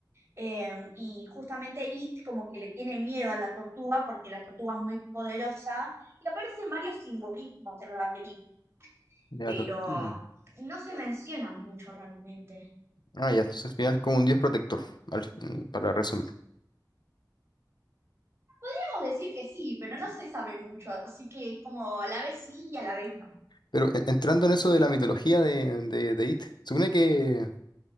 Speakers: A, on the right; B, on the left.
A: eh, y justamente It como que le tiene miedo a la tortuga porque la tortuga es muy poderosa y aparecen varios simbolismos en la película,
B: De
A: pero
B: la tortuga.
A: no se menciona mucho realmente.
B: Ah, ya, entonces al final es como un dios protector, al fin- para resumir.
A: Podríamos decir que sí, pero no se sabe mucho, así que es como a la vez sí y a la vez no.
B: Pero e- entrando en eso de la mitología de, de, de It, supone que,